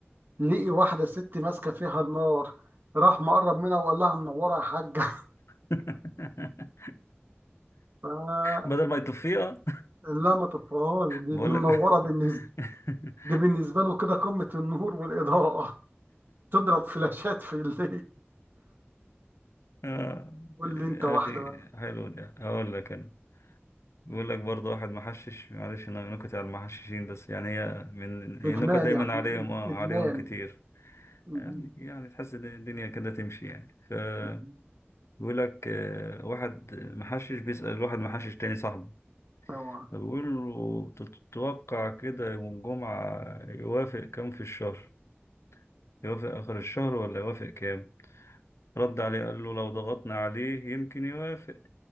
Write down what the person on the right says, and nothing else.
لقي واحدة ست ماسكة فيها النار راح مقرب منها وقال لها منورة يا حاجة
<laughs> ف-
لا ما تطفيهاش دي
دي منورة
بالنسبة
دي بالنسبة له كده قمة النور والإضاءة تضرب فلاشات في الليل
قول
لي انت واحده
بقى
ادمان
يا احمد
إد-
ادمان
مهم.
مهم.
طبعا